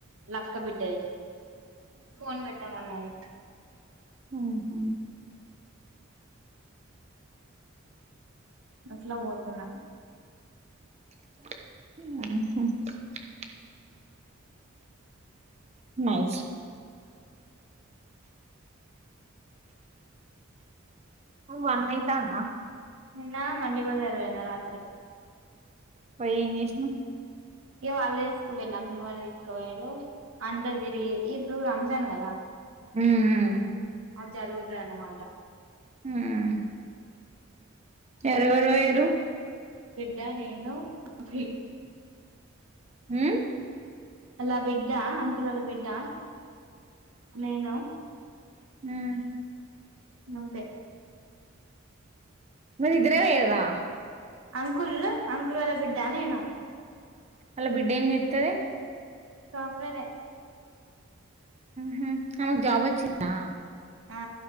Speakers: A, on the right (about 80°); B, on the right (about 30°).
A: లక్కబిడ్డది కోన్ బెట్టామన్నాయి
B: మ్ హు
A: బస్లో పోతున్నా
B: మ్ నైస్ వన్యిత అన్నా
A: నిన్న మండి బజారు పోయినా రాత్రి
B: పొయ్ ఎం చేసినవ్
A: ఇ వాళ్ళు తీసుకు పోయిల్లు అంకులు వాళ్ళ తీసుకోపోయిళ్ళు, అంతా తిరిగి, ఇప్పుడు రంజాన్ కదా
B: మ్ మ్
A: అది జరుగుతదిఅనమాట
B: మ్ ఎవరెవరు పోయిర్రు
A: జ నేను శ్రీ
B: హు
A: ఆల బిడ్డా అంకులోల్ల బిడ్డా నేనా
B: హుమ్
A: అంతే
B: మరి ఇద్రే పోయినరా
A: అంకుల్ అంకుల్ వలా అనకూడద నేను
B: అలా బిడ్డ ఏం జెత్తది
A: సోఫ్ట్వేర్ ఏ
B: హు ఆమెకు జాబు వచ్చిందా
A: ఆ